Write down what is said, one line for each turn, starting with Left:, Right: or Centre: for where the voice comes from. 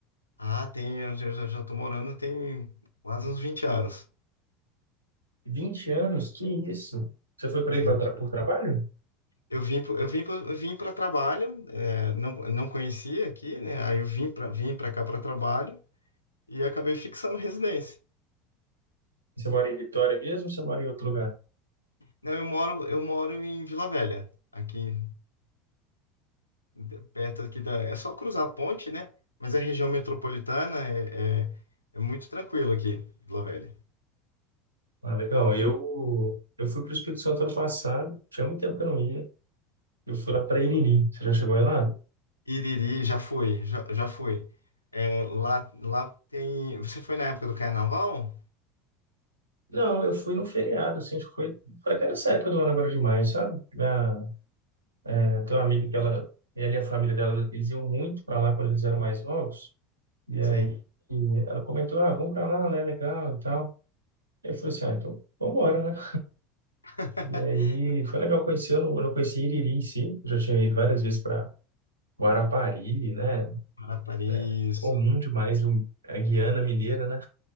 Left: ah, tem, eu já, já, já tô morando tem quase uns 20 anos.
Right: 20 anos? Que isso? Você foi para aí
Left: 20.
Right: pra tra por trabalho?
Left: Eu vim, pro- eu vim, pro- eu vim para trabalho, é, não, não conhecia aqui, né? Aí eu vim para vim para cá para trabalho e acabei fixando residência.
Right: Você mora em Vitória mesmo ou você mora em outro lugar?
Left: Não, eu moro, eu moro em Vila Velha, aqui de- perto aqui da, é só cruzar a ponte, né? Mas a região metropolitana é, é, é muito tranquilo aqui, Vila Velha.
Right: Ah, legal. Eu, eu fui para o Espírito Santo ano passado, tinha muito tempo que eu não ia. Eu fui lá para Iriri. Você já chegou aí lá?
Left: Iriri, já fui, já, já fui. É, lá, lá tem. Você foi na época do carnaval?
Right: Não, eu fui no feriado, assim, acho que foi, foi até nessa época do ano agora demais, sabe? Minha, tem tenho uma amiga que ela, ela e a família dela, eles iam muito para lá quando eles eram mais novos. E
Left: Você.
Right: aí e ela comentou, ah, vamos para lá, né? Legal e tal. Eu falei assim, ah, então vambora, né?
Left: <laughs>
Right: E aí foi legal conhecer, eu não, eu não conheci Iriri em si, eu já tinha ido várias vezes para Guarapari, né?
Left: Né? Para isso.
Right: É comum demais um, a Guiana Mineira, né?